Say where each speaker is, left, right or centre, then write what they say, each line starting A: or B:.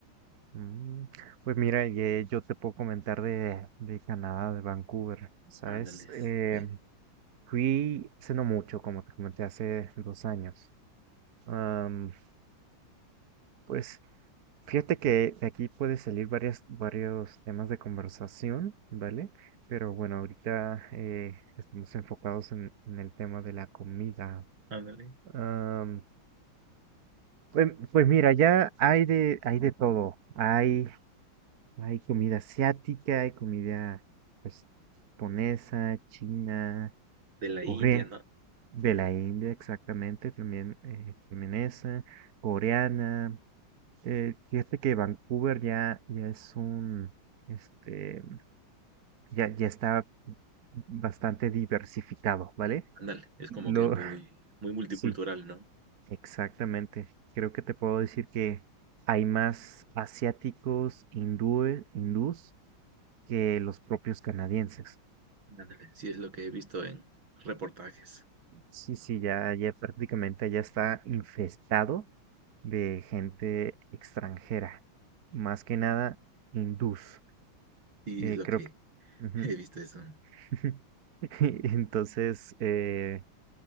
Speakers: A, on the right; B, on the right.
A: Mm, Pues mira, ye- yo te puedo comentar de, de Canadá, de Vancouver, ¿sabes?
B: Ándale, sí,
A: Eh,
B: ve,
A: fui hace no mucho, como te comenté, hace dos años. Am, pues fíjate que de aquí puede salir varias, varios temas de conversación, ¿vale? Pero bueno, ahorita eh, estamos enfocados en, en el tema de la comida.
B: ándale.
A: Am, pues, pues mira, ya hay de, hay de todo. Hay Hay comida asiática, hay comida pues, japonesa, china,
B: De la
A: corea,
B: India, ¿no?
A: de la India exactamente, también, eh, también esa, coreana. Eh, fíjate que Vancouver ya, ya es un, este, ya, ya está bastante diversificado, ¿vale?
B: Ándale, es
A: Lo,
B: como que muy,
A: <laughs>
B: muy multicultural,
A: sí,
B: ¿no?
A: exactamente. Creo que te puedo decir que hay más asiáticos, hindúes, hindús que los propios canadienses.
B: Ándale, sí es lo que he visto en reportajes.
A: Sí, sí, ya, ya prácticamente ya está infestado de gente extranjera, más que nada hindús.
B: Sí
A: eh,
B: es lo
A: creo
B: que
A: que... Ujú.
B: <laughs> he visto eso.
A: <laughs> Entonces, eh,